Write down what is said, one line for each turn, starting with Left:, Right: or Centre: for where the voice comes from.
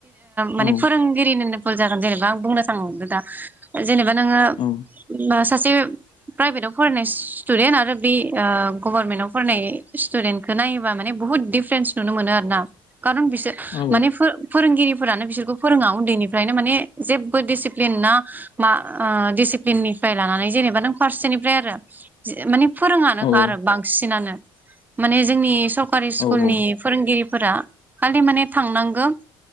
Right: माने
Left: औ
Right: फोरोंगिरिनो नो जागोन जेनेबा आं बुंनो सानदों दा जेनेबा नोङो
Left: औ
Right: बास सासे प्राइभेटआव फरायनाय स्टुदेन्ट आरो बे ओ‌ गभारमेन्टआव फरायनाय स्टुदेन्टखौ नायोबा माने बुहुत दिडिफारेन्स नुनो मोनो आरो ना खारन बिसोर
Left: औ
Right: माने फो-फोरोंगिरि फोरानो बिसोरखौ फोरोङा उन्दैनिफ्रायनो माने जेबो डिसिप्लिन ना मा‌ ओ डिसिप्लिन ननिफ्राय लानानै जेनेबा नों फारसेनिफ्राय आरो माने फोरोङानोखा
Left: औ
Right: आरो
Left: औ
Right: बांसिनानो माने जोंनि स सरकारि
Left: औ
Right: स्कुलनि
Left: औ
Right: फोरोंगिरि फोरा खालि माने थांनांगो